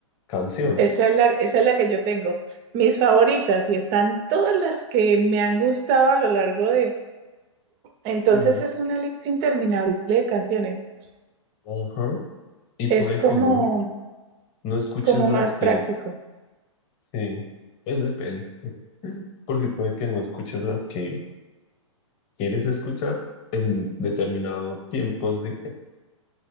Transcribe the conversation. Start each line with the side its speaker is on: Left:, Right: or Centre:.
Left: canción.
Right: esa es la, esa es la que yo tengo. Mis favoritas y están todas las que me han gustado a lo largo de... Entonces
Left: Mm,
Right: es una lista interminable de canciones.
Left: Ajá. Y
Right: Es
Left: puede
Right: como,
Left: que no, no escuches
Right: como
Left: las
Right: más
Left: que,
Right: práctico.
Left: sí, pues depende. <laughs> Porque puede que no escuches las que quieres escuchar en determinado tiempo, sí.